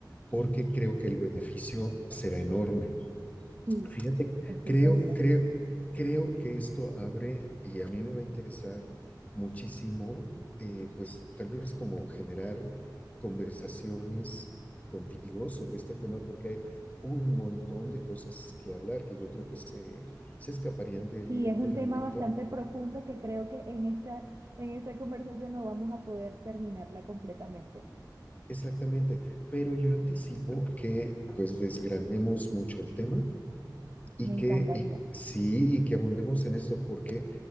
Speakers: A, on the left; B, on the right.
A: porque creo que el beneficio será enorme.
B: Sí,
A: Fíjate, que
B: estoy
A: creo,
B: segura.
A: creo, creo que esto abre y a mí me va a interesar muchísimo, eh, pues tal vez como generar conversaciones contigo sobre este tema, porque hay un montón de cosas que hablar que yo creo que se, se escaparían del,
B: Sí, es un
A: del
B: tema
A: ámbito.
B: bastante profundo que creo que en esta, en esta conversación no vamos a poder terminarla completamente.
A: Exactamente, pero yo anticipo que pues desgranemos mucho el tema Y
B: Me encantaría.
A: que y, sí, y que abundemos en esto porque